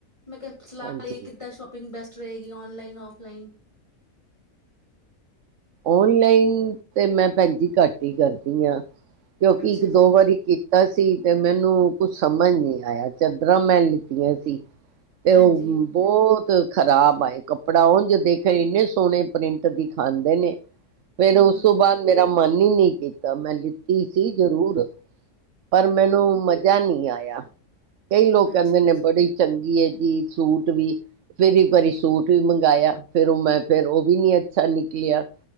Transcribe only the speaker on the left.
ਮੈਂ ਕਿਹਾ ਸਲਾਹ
ਇਹ ਕਿੱਦਾਂ ਸ਼ੋਪਿੰਗ ਬੈਸ ਰਹੇਗੀ ਔਨਲਾਈਨ ਆਫਲਾਈਨ
ਅੱਛਾ
ਜੀ
ਹਾਂਜੀ
ਹੂੰ
ਹੂੰ
ਅੱਛਾ